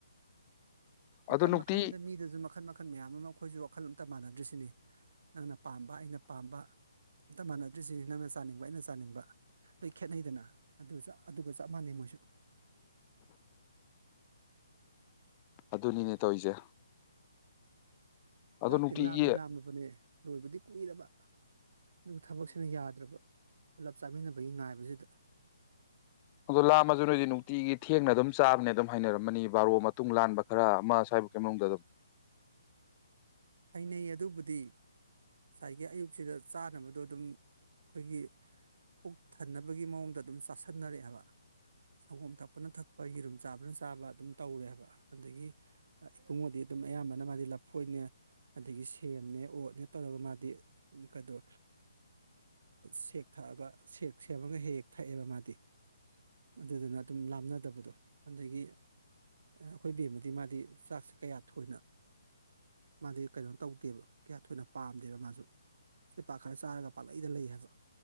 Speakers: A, on the right; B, on the left.
A: ꯃꯈꯟ
B: ꯑꯗꯣ ꯅꯨꯡꯇꯤ
A: ꯃꯈꯜ ꯑꯗ ꯃꯤꯗꯁꯨ ꯃꯈꯜ ꯃꯈꯜ ꯃꯌꯥꯝ ꯑꯃ ꯑꯩꯈꯣꯏꯁꯨ ꯋꯥꯈꯜꯂꯣꯟ ꯇꯠꯇ ꯃꯥꯟꯅꯗ꯭ꯔꯤꯁꯤꯅꯤ ꯅꯪꯅ ꯄꯥꯝꯕ ꯑꯩꯅ ꯄꯥꯝꯕ ꯑꯝꯇ ꯃꯥꯟꯅꯗ꯭ꯔꯤꯁꯤꯅꯤ ꯅꯪꯅ ꯆꯥꯅꯤꯡꯕ ꯑꯩꯅ ꯆꯥꯅꯤꯡꯕ ꯂꯣꯏ ꯈꯦꯠꯅꯩꯗꯅ ꯑꯗꯨ ꯑꯗꯨꯒ ꯆꯞ ꯃꯥꯟꯅꯩ ꯃꯣꯏꯁꯨ
B: ꯑꯗꯨꯅꯤꯅꯦ ꯇꯧꯔꯤꯁꯦ ꯑꯗꯣ
A: ꯆꯥꯛꯇꯤ
B: ꯅꯨꯡꯇꯤꯒꯤ
A: ꯂꯥꯝꯗꯤ ꯂꯥꯝꯂꯕꯅꯦ ꯂꯣꯏꯕꯗꯤ ꯀꯨꯏꯗꯕ ꯑꯗꯨꯒ ꯊꯕꯛꯁꯤꯅ ꯌꯥꯗ꯭ꯔꯕ ꯄꯨꯂꯞ ꯆꯥꯃꯤꯟꯅꯕꯒꯤ ꯉꯥꯏꯕꯁꯤꯗ
B: ꯑꯗꯣ ꯂꯥꯝꯃꯁꯨ ꯅꯣꯏꯗꯤ ꯅꯨꯡꯇꯤꯒꯤ ꯊꯦꯡꯅ ꯑꯗꯨꯝ ꯆꯥꯕꯅꯦ ꯑꯗꯨꯝ ꯍꯥꯏꯅꯔꯝꯃꯅꯤ ꯕꯥꯔꯣ ꯃꯇꯨꯡ ꯂꯥꯟꯕ ꯈꯔ ꯑꯃ ꯁ꯭ꯥꯏꯕꯀꯤ ꯃꯅꯨꯡꯗ ꯑꯗꯨꯝ
A: ꯍꯩꯅꯩ ꯑꯗꯨꯕꯨꯗꯤ ꯉꯁꯥꯏꯒꯤ ꯑꯌꯨꯛꯁꯤꯗ ꯆꯥꯅꯕꯗꯣ ꯑꯗꯨꯝ ꯑꯩꯈꯣꯏꯒꯤ ꯄꯨꯛ ꯊꯟꯅꯕꯒꯤ ꯃꯑꯣꯡꯗ ꯑꯗꯨꯝ ꯆꯥꯥꯁꯟꯅꯔꯛꯑꯦꯕ ꯁꯪꯒꯣꯝ ꯊꯛꯄꯅ ꯊꯛꯄ ꯌꯦꯔꯨꯝ ꯆꯥꯕꯅ ꯆꯥꯕ ꯑꯗꯨꯝ ꯇꯧꯔꯦꯕ ꯑꯗꯒꯤ ꯏꯕꯨꯡꯕꯨꯗꯤ ꯑꯗꯨꯝ ꯑꯗꯨꯝ ꯑꯌꯥꯝꯕꯅ ꯃꯥꯗꯤ ꯂꯞꯐꯣꯏꯅꯦ ꯑꯗꯒꯤ ꯁꯦꯝꯅꯦ ꯑꯣꯠꯅꯦ ꯇꯧꯔꯒ ꯃꯥꯗꯤ ꯀꯗꯣ ꯁꯦꯛ ꯊꯛꯑꯒ ꯁꯦꯛ ꯁꯦꯝꯃꯒ ꯍꯦꯛ ꯍꯦꯛ ꯊꯛꯑꯦꯕ ꯃꯥꯗꯤ ꯑꯗꯨꯗꯨꯅ ꯑꯗꯨꯝ ꯂꯥꯞꯅꯗꯕꯗꯣ ꯑꯗꯒꯤ ꯑꯩꯈꯣꯏ ꯕꯦꯝꯃꯗꯤ ꯃꯥꯗꯤ ꯆꯥꯛꯁꯤ ꯀꯌꯥ ꯊꯣꯏꯅ ꯃꯥꯗꯤ ꯀꯩꯅꯣ ꯇꯧꯗꯦꯕ ꯀꯌꯥ ꯊꯣꯏꯅ ꯄꯥꯝꯗꯦꯕ ꯃꯥꯁꯨ ꯁ ꯄꯥꯛ ꯈꯔ ꯆꯥꯔꯒ ꯄꯥꯛꯂꯛꯗ ꯂꯩ ꯍꯥꯏꯕ